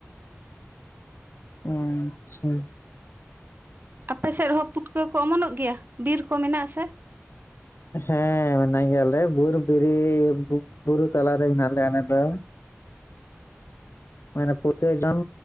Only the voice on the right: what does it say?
ᱟᱯᱮ ᱥᱮᱫ ᱦᱚᱸ ᱯᱩᱴᱠᱟᱹ ᱠᱚ ᱚᱢᱚᱱᱚᱜ ᱜᱮᱭᱟ, ᱵᱤᱨ ᱠᱚ ᱢᱮᱱᱟᱜ ᱟᱥᱮ?